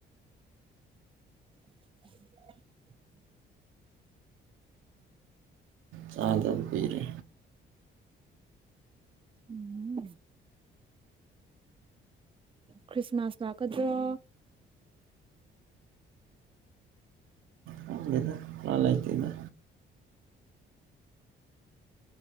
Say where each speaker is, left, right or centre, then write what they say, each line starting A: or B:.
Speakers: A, on the right; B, on the right.
A: <inaudible>
B: ꯆꯥꯗ ꯄꯤꯔ
A: ꯎꯝ ꯈ꯭ꯔꯤꯁꯃꯥꯁ ꯂꯥꯛꯀꯗ꯭ꯔꯣ
B: ꯈꯪꯗꯦꯗ ꯄ꯭ꯂꯥꯟ ꯂꯩꯇꯦꯗ